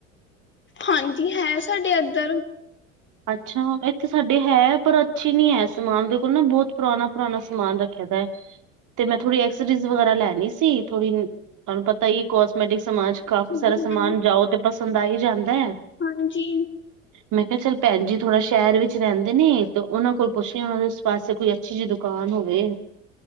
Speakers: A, on the left; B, on the right.
A: ਹਾਂਜੀ ਹੈ ਸਾਡੇ ਇੱਧਰ
B: ਅੱਛਾ ਇੱਥੇ ਸਾਡੇ ਹੈ ਪਰ ਅੱਛੀ ਨੀ ਹੈ ਸਮਾਨ ਬਿਲਕੁਲ ਨਾ ਬਹੁਤ ਪੁਰਾਣਾ ਪੁਰਾਣਾ ਸਮਾਨ ਰਖ ਤੇ ਮੈਂ ਥੋੜੀ ਐਕਸ ਜਸ ਵਗੈਰਾ ਲੈਣੀ ਸੀ ਥੋੜੀ ਤੁਹਾਨੂੰ ਪਤਾ ਹੀ ਕੋਸਮੈਟਿਕ ਸਮਾਨ ਚ ਕਾਫੀ
A: ਹਮ
B: ਸਾਰਾ ਸਮਾਨ ਜਾਓ ਤੇ ਪਸੰਦ ਆ ਹੀ ਜਾਂਦਾ ਹੈ
A: ਹਾਂਜੀ
B: ਮੈਂ ਕਿਹਾ ਚੱਲ ਭੈਣ ਜੀ ਥੋੜਾ ਸ਼ਹਿਰ ਵਿੱਚ ਰਹਿੰਦੇ ਨੇ ਤੇ ਉਹਨਾਂ ਕੋਲ ਪੁੱਛ ਲ ਉਸ ਪਾਸੇ ਕੋਈ ਅੱਛੀ ਜਿਹੀ ਦੁਕਾਨ ਹੋਵੇ